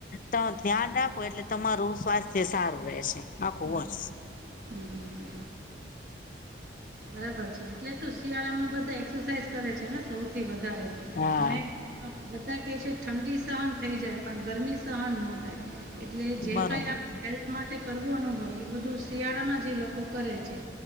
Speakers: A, on the left (about 45°); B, on the right (about 60°).
A: તો ધ્યાન રાખો, એટલે તમારું સ્વાસ્થ્ય સારું રેશે. આખું
B: હમ
A: વર્ષ.
B: હમ હમ હમ હમ હમ. બરાબર છે, એટલે જ તો શિયાળામાં બધા એક્સરસાાઈઝ કરે છે ને, સૌથી વધારે
A: હા
B: અને. હા, બધા કે છે ઠંડી સહન થઇ જાય, પણ ગરમી સહન નો થાય. એટલે
A: બરોબર
B: જે કાઈ આપણે હેલ્થ માટે કરવું નો હોય, એ બધું શિયાળામાં જ એ લોકો કરે છે.